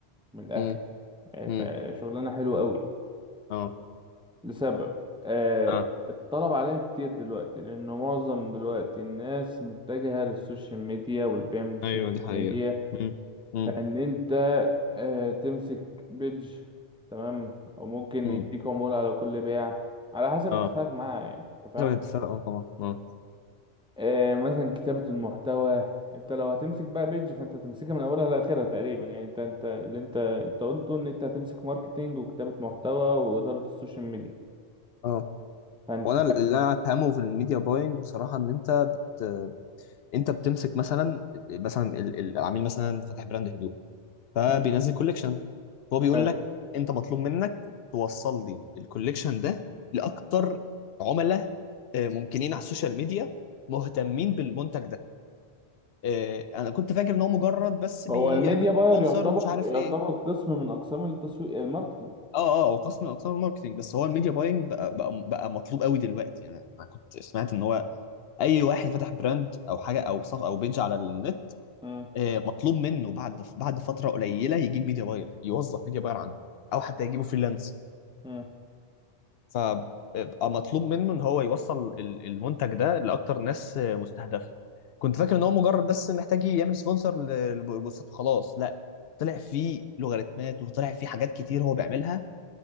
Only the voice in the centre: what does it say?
من الاخر
آه،
ف- شغلانه حلوه قوي
لسبب آه
الطلب عليها كتير دلوقتي لأن معظم دلوقتي الناس متجهة للسوشيال ميديا والبيع من السوشيال
ميديا
فإن أنت آه تمسك بيج تمام أو ممكن
يديك عمولة على كل بيع على حسب
اتفاقك معاه يعني أنت فاهم
آه مثلا كتابة المحتوى أنت لو هتمسك بقى بيج فأنت هتمسكها من أولها لآخرها تقريبا يعني أنت أنت اللي أنت أنت قلته إن أنت هتمسك ماركتينج وكتابة محتوى وإدارة السوشيال ميديا
فأنت
مم.
حلو
هو الميديا باير
يعتبر
يعتبر
قسم من اقسام التسويق الماركتينج
امم
امم